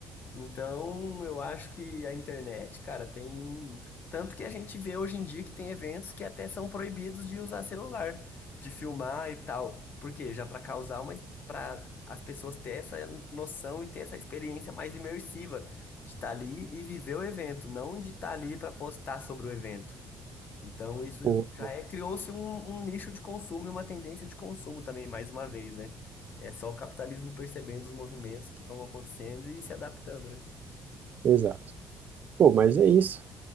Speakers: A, on the left; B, on the right.
A: Então, eu acho que a internet, cara, tem. Tanto que a gente vê hoje em dia que tem eventos que até são proibidos de usar celular, de filmar e tal. Por quê? Já para causar uma. Para as pessoas ter essa noção e ter essa experiência mais imersiva de estar ali e viver o evento, não de estar ali para postar sobre o evento. Então, isso
B: Pô,
A: já é. Criou-se um, um nicho de consumo e uma tendência de consumo também, mais uma vez, né? É só o capitalismo percebendo os movimentos que vão acontecendo e se adaptando, né?
B: exato. Pô, mas é isso.